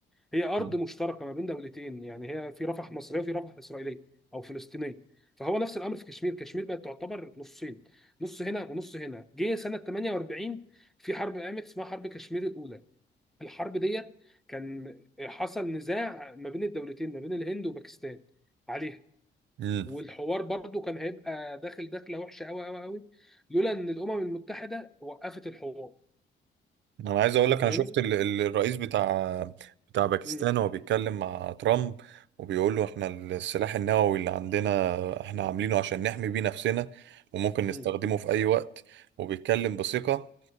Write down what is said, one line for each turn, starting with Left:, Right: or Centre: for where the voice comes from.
Centre: هي ارض
Right: مم.
Centre: مشتركه ما بين دولتين يعني هي في رفح مصريه وفي رفح اسرائيليه او فلسطينيه فهو نفس الامر في كشمير كشمير بقت تعتبر نصين نص هنا ونص هنا جه سنه 48 في حرب قامت اسمها حرب كشمير الاولى الحرب ديت كان حصل نزاع ما بين الدولتين ما بين الهند وباكستان عليها
Right: مم.
Centre: والحوار برضو كان هيبقى داخل داخله وحشه قوي قوي قوي لولا ان الامم المتحده وقفت الحوار
Right: انا عايز اقول لك انا
Centre: فاهمني؟
Right: شفت ال- ال- الرئيس بتاع بتاع باكستان
Centre: امم
Right: وهو بيتكلم مع ترامب وبيقول له احنا السلاح النووي اللي عندنا احنا عاملينه عشان نحمي بيه نفسنا وممكن نستخدمه
Centre: امم
Right: في اي وقت وبيتكلم بثقة